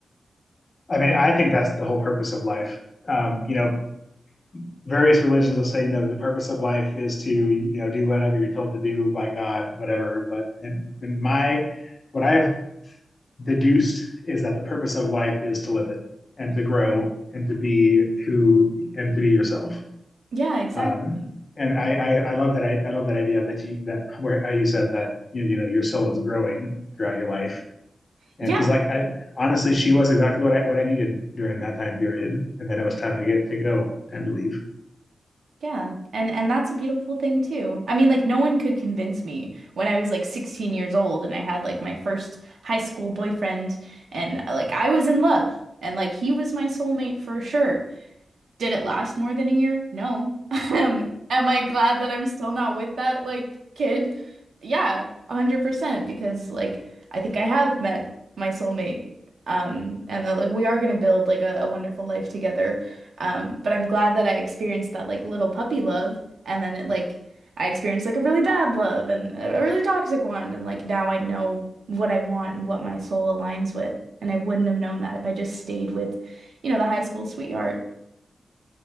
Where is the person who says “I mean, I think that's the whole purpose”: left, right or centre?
Left